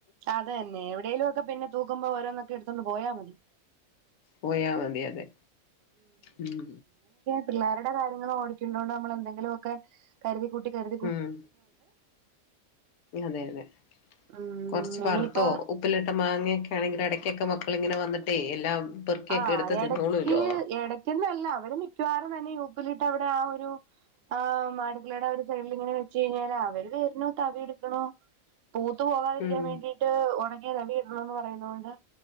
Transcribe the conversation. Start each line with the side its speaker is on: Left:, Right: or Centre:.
Right: അതന്നെ എവിടേലും ഒക്കെ പിന്നെ തൂക്കുമ്പോ ഓരോന്നൊക്കെ എടുത്തൊണ്ട് പോയാ മതി
Left: പോയാ മതി അതെ ഉം
Right: പിള്ളേരുടെ കാര്യങ്ങൾ ഓടിണ്ടോണ്ട് നമ്മൾ എന്തെങ്കിലുക്കെ കരുതി കൂട്ടി കരുതി
Left: ഉം അതെ അതെ
Right: ഉം
Left: കൊറച്ച് വറുത്തോ
Right: ഇനിയിപ്പം
Left: ഉപ്പിലിട്ട് മാങ്ങയൊക്കെ ആണെങ്കിൽ ഇടയ്ക്കൊക്കെ മക്കളിങ്ങനെ വന്നിട്ടേ എല്ലാം പെറുക്കിയൊക്കെ
Right: ആഹ്
Left: എടുത്ത്
Right: ഇടക്ക്
Left: തിന്നോളൂല്ലോ
Right: ഇടക്ക്ന്ന അല്ല അവര് മിക്കവാറും തന്നെ ഉപ്പിലിട്ട് അവിടെ ആഹ് ഒരു ആഹ് മാടുകളുടെ ഒരു സൈഡിൽങ്ങനെ വെച്ച കഴിഞ്ഞാല് അവര് വരണോ തവി എടുക്കണോ പൂത്ത പോകാതിരിക്കാൻ
Left: ഉം
Right: വേണ്ടിട്ട് ഉണങ്ങിയ തവി ഇടണോന്ന് പറയുന്നത് കൊണ്ട്